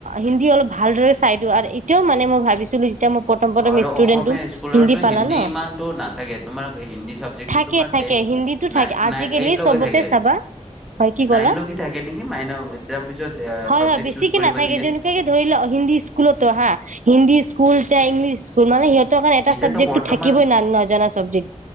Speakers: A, on the right (about 85°); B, in the centre.
A: হিন্দী অলপ ভালদৰে চাই দিওঁ। আৰু এতিয়াও মানে মই ভাবিছিলো <unintelligible> মই প্ৰথম প্ৰথম
B: আৰু
A: ষ্টুডেন্টটো
B: অসমীয়া স্কুলৰতো
A: পালা
B: হিন্দী
A: ন
B: ইমানটো নাথাকে। তোমাৰ হিন্দী চাবজেক্টটো
A: থাকে
B: তোমাৰ
A: থাকে
B: তে
A: হিন্দীটো
B: নাই
A: থাকে আজিকালি
B: নাই এইট লৈকে
A: চবতে
B: থাকে।
A: চাবা হয় কি
B: নাইন
A: ক'লা
B: লৈকে থাকে নেকি মাইনৰ? তাৰ পিছত
A: হয়
B: চাবজেক্ট
A: হয় বেছিকে
B: চুজ কৰিব
A: নাথাকে
B: দিয়ে।
A: যেনেকুৱাকে ধৰি লও হিন্দী স্কুলটো হা হিন্দী স্কুল <unintelligible> ইংলিছ <unintelligible> কাৰনে এটা
B: এতিয়াতো
A: চাবজেক্টটো
B: বৰ্তমান
A: থাকিবই নজনা চাবজেক্ট।